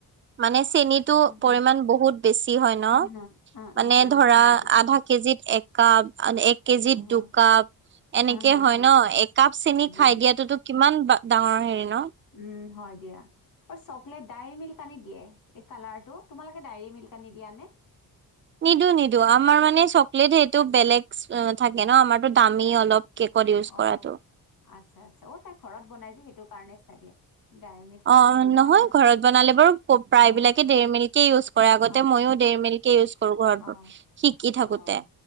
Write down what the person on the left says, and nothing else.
হুম, হুম,
হুম, হুম, অ',
অ', অ',
হয় দিয়া।
হুম, হুম,
হুম, হুম,
হুম,
দিয়া।
উম! হয় দিয়া। আৰু চকলেট ডায়েৰী মিল্ক আনি দিয়ে এই কালাৰটো। তোমালোকে ডায়েৰী মিল্ক আনি দিয়া‌ নে?
অ! আচ্ছা-আচ্ছা। অ! তাই ঘৰত বনাই যে সেইটো কাৰণে চাগে। Dairy milk.
এ মই
অ',
অ',
অ',
অ',
অ',